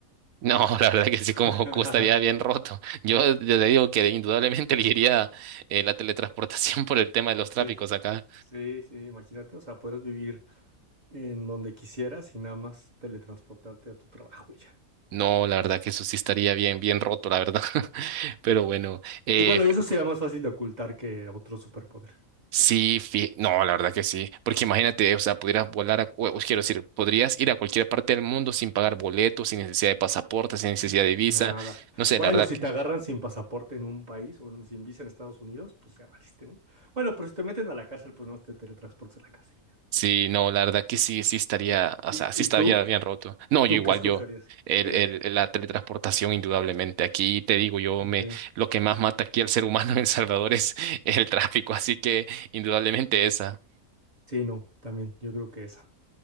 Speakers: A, on the right; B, on the right.
A: No, <laughs> la verdad que sí,
B: <laughs>
A: como Goku estaría bien roto. Yo ya te digo que indudablemente <laughs> elegiría eh, la teletransportación <laughs> por el tema de los tráficos
B: Sí,
A: acá.
B: sí, sí, imagínate, o sea, puedes vivir en donde quisieras y nada más teletransportarte a tu trabajo y ya.
A: No, la verdad que eso sí estaría bien, bien roto, la verdad. <laughs> Pero bueno, eh,
B: Y bueno, y
A: fi-
B: eso sería más fácil de ocultar que otro superpoder.
A: sí, fi- no, la verdad que sí. Porque imagínate, o sea, pudieras volar, a, o- o quiero decir, podrías ir a cualquier parte del mundo sin pagar boletos, sin necesidad de pasaporte, sin
B: Mm,
A: necesidad de visa.
B: Nada.
A: No sé,
B: Bueno,
A: la verdad
B: si
A: que
B: te agarran sin pasaporte en un país o en- sin visa en Estados Unidos, pues ya valiste, ¿no? Bueno, pero si te meten a la cárcel, pues no te teletransportas a la cárcel y ya.
A: sí, no, la verdad que sí, sí estaría, o
B: ¿Y,
A: sea,
B: y
A: sí estaría
B: tú?
A: bien roto. No,
B: ¿Tú
A: yo igual,
B: qué escogerías?
A: yo. El,
B: ¿Sí?
A: el- la teletransportación, indudablemente. Aquí te digo, yo
B: Ok.
A: me, lo que más mata aquí al ser humano en El Salvador es el tráfico, así que indudablemente esa.
B: Sí, no, también, yo creo que esa.